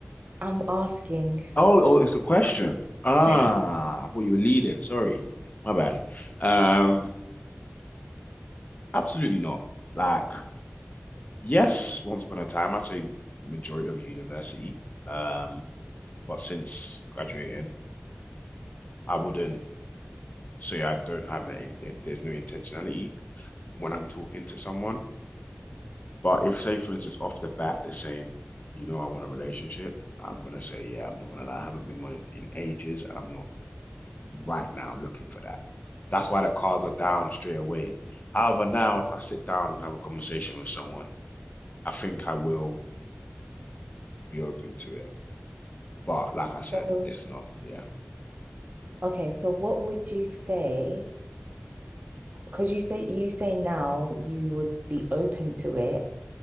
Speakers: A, on the right; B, on the left.
A: I'm asking.
B: Oh, oh, it's a question. Ah,
A: <laughs>
B: I thought you were leading. Sorry, my bad. Um, absolutely not. Like, yes, once upon a time, I'd say majority of university. Um, but since graduating, I wouldn't say I don't have like, any. there- There's no intentionality when I'm talking to someone. But if, say, for instance, off the bat, they're saying, you know, I want a relationship, I'm gonna say, yeah, I'm not gonna lie, I haven't been one in in ages, and I'm not right now looking for that. That's why the cards are down straight away. However, now if I sit down and have a conversation with someone, I think I will be open to it. But like I said,
A: So,
B: it's not, yeah.
A: okay, so what would you say? Because you say you say now you would be open to it,